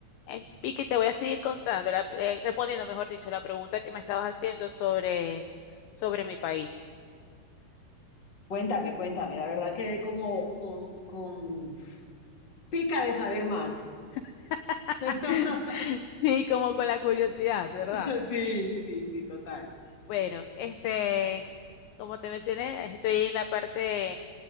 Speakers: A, on the left; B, on the left.
A: Eh, Vicky, te voy a seguir contando, la- eh, respondiendo, mejor dicho, la pregunta que me estabas haciendo sobre, sobre mi país.
B: Cuéntame, cuéntame, la verdad quedé como con, con pica de saber más.
A: <laughs>
B: <laughs>
A: Sí, como con la curiosidad, ¿verdad?
B: Pero Sí, sí, sí, total.
A: Bueno, este, como te mencioné, estoy en la parte